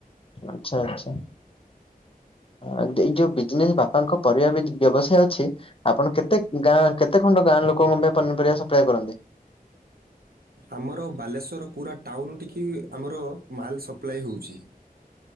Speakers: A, on the left; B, on the right.
A: ଆଚ୍ଛା ଆଚ୍ଛା ଆ ଯୋ ଏଇ ଯୋଉ ବିଜିନେସ୍ ବା ପାଙ୍କ ପରିବା ବିଜ୍ ବ୍ୟବସାୟ ଅଛି ଆପଣ କେତେ ଗାଁ କେତେ ଖଣ୍ଡ ଗାଁ ଲୋକଙ୍କ ପାଇଁ ପନିପରିବା ସପ୍ଲାଏ କରନ୍ତି?
B: ଆମର ବାଲେଶ୍ୱର ପୁରା ଟାଉନୁ ଠିକି ଆମର ମାଲ୍ ସପ୍ଲାଏ ହଉଚି।